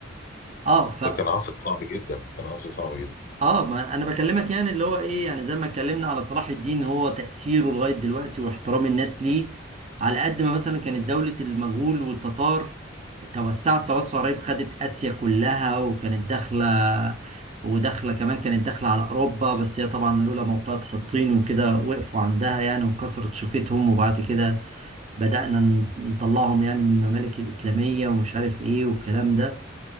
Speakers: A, on the right (about 35°); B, on the left (about 45°).
A: اه
B: ده كان عصر صعب جدا كان عصر صعب جدا
A: اه ما انا بكلمك يعني اللي هو ايه يعني زي ما اتكلمنا على صلاح الدين هو تأثيره لغاية دلوقتي واحترام الناس ليه على قد ما مثلا كانت دولة المغول والتتار توسعت توسع رهيب خدت آسيا كلها وكانت داخلة وداخلة كمان كانت داخلة على أوروبا بس هي طبعا لولا موقعة حطين وكده وقفوا عندها يعني وكسرت شوكتهم وبعد كده بدأنا نطلعهم يعني من الممالك الإسلامية ومش عارف ايه والكلام ده